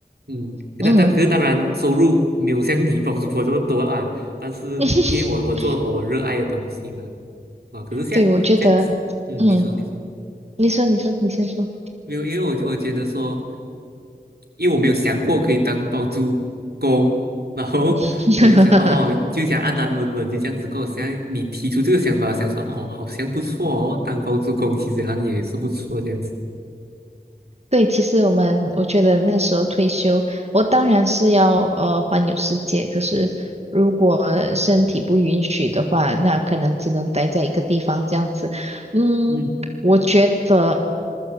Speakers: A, on the right (about 80°); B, on the right (about 40°).
A: 嗯，但但可是当然收入没有像你包租婆
B: 嗯，
A: <laughs> 这么多啦，但是因为我我做我热爱的东西嘛，
B: <laughs>
A: 啊，可是像像
B: 对，我觉得
A: 嗯，
B: 嗯，
A: 你说你说
B: 你说你说你先说。
A: 没有，因为我我觉得说，因为我没有想过可以当包租公，然后我就想哦，
B: <laughs>
A: 就想安安稳稳就这样子过。现在你提出这个想法，想说哦，好像不错哦，当包租公其实好像也是不错这样子。
B: 对，其实我们我觉得那时候退休，我当然是要呃环游世界，可是如果身体不允许的话，那可能只能待在一个地方这样子。嗯，
A: 嗯，
B: 我觉得。